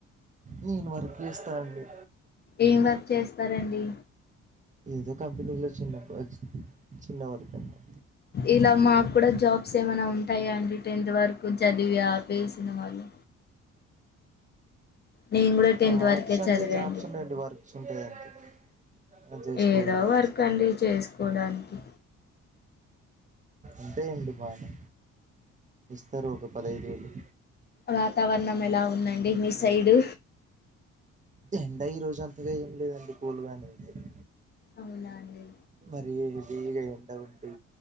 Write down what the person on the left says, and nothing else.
ఏం వర్క్ చేస్తారండి
ఇలా మాకు కూడా జాబ్స్ ఏమై ఉం టాయా అండి టెన్త్ వరకు చదివి ఆపేసిన వాళ్ళు నేను కూడా టెన్త్
వరకే
చదివండి
ఏదో వర్క్ అండి చేసుకోవడానికి
వాతావరణం ఎలా ఉందండి మీ సైడు
అవునా అండి